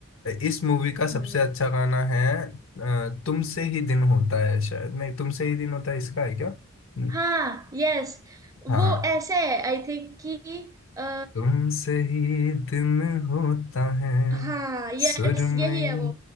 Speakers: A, on the left; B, on the right.
A: इस मूवी का सबसे
B: हम्म
A: अच्छा गाना है अ, तुमसे ही दिन होता है शायद नहीं तुमसे ही दिन होता है इसका है क्या न-
B: हाँ यस
A: हाँ
B: वो ऐसे है आई थिंक कि आ,
A: तुमसे ही दिन होता है
B: हाँ यस
A: सुरमई
B: यही है वो